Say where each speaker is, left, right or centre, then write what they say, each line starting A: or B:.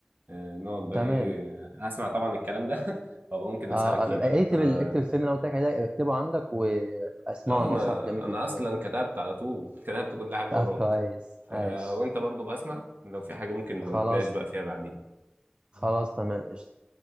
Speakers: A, on the right; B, on the right.
A: آه، نقعد بقى
B: تمام
A: ايه هسمع طبعا الكلام ده <laughs> وابقى ممكن اسالك
B: آه
A: فيه
B: آه،
A: بقى
B: اكتب
A: اه
B: ال... اكتب الفيلم اللي أنا قلت لك عليه ده اكتبه عندك واسمعه
A: آه،
B: النص
A: ما
B: صح جميل
A: انا
B: جدا
A: اصلا
B: بجد.
A: كتبت على طول كتبت كل حاجة
B: طب
A: وراك
B: كويس
A: ف...
B: عايش
A: وانت برضو بسمع لو في حاجة ممكن نبقى
B: خلاص
A: نتناقش بقى فيها بعدين
B: خلاص تمام قشطة.